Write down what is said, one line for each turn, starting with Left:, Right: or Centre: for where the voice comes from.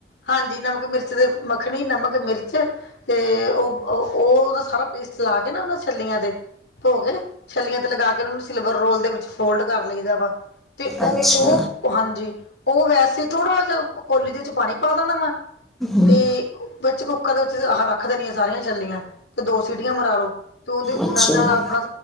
Left: ਹਾਂਜੀ। ਨਮਕ ਮਿਰਚ ਦੇ ਮੱਖਣੀ ਨਮਕ, ਮਿਰਚ ਤੇ ਉਹ। ਉਹਦਾ ਸਾਰਾ ਪੇਸਟ ਲਾ ਕੇ ਨਾ ਉਹਨਾਂ ਛਲੀਆਂ ਦੇ। ਧੋ ਕੇ ਛੱਲੀਆਂ ਤੇ ਲਗਾ ਕੇ ਉਹਨਾਂ ਨੇ ਸਿਲਵਰ ਰੋਲ ਦੇ ਵਿੱਚ ਫੋਲਡ ਕਰ ਲਈਦਾ ਵਾ ਤੇ ਉਹ
Centre: ਅੱਛਾ
Left: ਉਹ ਹਾਂਜੀ ਉਹ ਵੈਸੇ ਥੋੜ੍ਹਾ ਜਹਾ ਕੋਲੀ ਦੇ ਵਿੱਚ ਪਾਣੀ ਪਾ ਦੇਣਾ ਵਾ
Centre: ਹੂੰ,
Left: ਤੇ ਵਿੱਚ ਕੁੱਕ ਦੇ ਵਿੱਚ ਆਹ ਰੱਖ ਦੇਣੀੀਆਂ ਸਾਰੀਆਂ ਚੱਲੀਆਂ ਤੇ ਦੋ ਸੀਟੀਆਂ ਮਰਾ ਲੋ। ਤੇ ਉਹਦੇ
Centre: ਅੱਛਾ
Left: ਨਾਲ ਤਾਂ ਆਪਣਾ